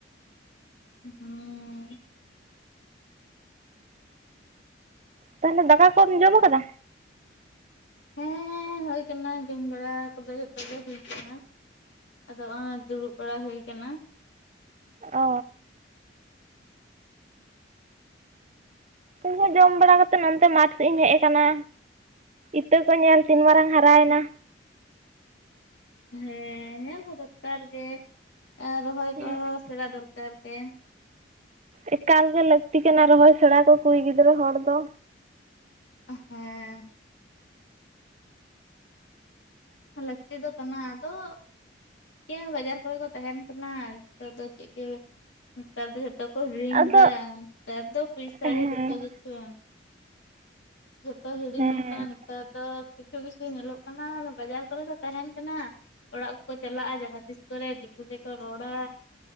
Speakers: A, on the left; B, on the right.
A: ᱦᱩ
B: ᱛᱟᱦᱚᱞᱮ ᱫᱟᱠᱟ ᱠᱚᱢ ᱡᱚᱢ ᱠᱟᱫᱟ?
A: ᱦᱮᱸ ᱦᱩᱭ ᱠᱟᱱᱟ ᱡᱚᱢ ᱵᱟᱲᱟ ᱠᱚᱫᱚ ᱡᱚᱛᱚ ᱜᱮ ᱦᱩᱭ ᱠᱟᱱᱟ᱾ ᱟᱫᱚᱜᱼᱚᱭ ᱫᱩᱲᱩᱵ ᱵᱟᱲᱟ ᱦᱩᱭ ᱠᱟᱱᱟ᱾
B: ᱚ ᱤᱧ ᱦᱚᱸ ᱡᱚᱢ ᱵᱟᱲᱟ ᱠᱟᱛᱮᱫ ᱱᱚᱛᱮ ᱢᱟᱴᱷ ᱥᱮᱫ ᱤᱧ ᱦᱮᱡ ᱟᱠᱟᱱᱟ᱾ ᱤᱛᱟᱹ ᱠᱚ ᱧᱮᱞ ᱛᱤᱱ ᱢᱟᱨᱟᱝ ᱦᱟᱨᱟᱭᱮᱱᱟ?
A: ᱦᱮᱸ ᱧᱮᱞ ᱦᱚᱸ ᱫᱚᱨᱠᱟᱨ ᱜᱮ ᱨᱚᱦᱚᱭ
B: ᱦᱮᱸ
A: ᱠᱚᱦᱚᱸ ᱥᱮᱬᱟ ᱫᱚᱨᱠᱟᱨ ᱜᱮ
B: ᱮᱠᱟᱞ ᱜᱮ ᱞᱟᱹᱠᱛᱤ ᱠᱟᱱᱟ ᱨᱚᱦᱚᱭ ᱥᱮᱬᱟ ᱠᱚ ᱠᱩᱲᱤ ᱜᱤᱫᱽᱨᱟᱹ ᱦᱚᱲ ᱫᱚ
A: ᱦᱮ ᱞᱟᱹᱠᱛᱤ ᱫᱚ ᱠᱟᱱᱟ ᱟᱫᱚ ᱦᱮᱸ ᱵᱟᱡᱟᱨ ᱠᱚᱨᱮ ᱠᱚ ᱛᱟᱦᱮᱱ ᱠᱟᱱᱟ ᱱᱮᱛᱟᱨ ᱫᱚ ᱪᱮᱫ ᱜᱮ ᱱᱮᱛᱟᱨ ᱫᱚ ᱡᱚᱛᱚ ᱠᱚ ᱦᱤᱲᱤᱧ
B: ᱟᱫᱚ
A: ᱫᱟ ᱛᱟᱨ ᱫᱚ ᱯᱚᱭᱥᱟ
B: ᱦᱮᱸ
A: ᱜᱮ ᱡᱚᱛᱚ ᱠᱤᱪᱷᱩ ᱡᱚᱛᱚ ᱦᱤᱲᱤᱧᱚᱜ
B: ᱦᱮᱸ
A: ᱠᱟᱱᱟ ᱱᱮᱛᱟᱨ ᱫᱚ ᱠᱤᱪᱷᱩ -ᱠᱤᱪᱷᱩ ᱧᱮᱞᱚᱜ ᱠᱟᱱᱟ ᱵᱟᱡᱟᱨ ᱠᱚᱨᱮ ᱫᱚ ᱛᱟᱦᱮᱱ ᱠᱟᱱᱟ ᱚᱲᱟᱜ ᱠᱚᱠᱚ ᱪᱟᱞᱟᱜᱼᱟ ᱡᱟᱦᱟᱸ ᱛᱤᱥ ᱠᱚᱨᱮ ᱠ ᱨᱚᱲᱟ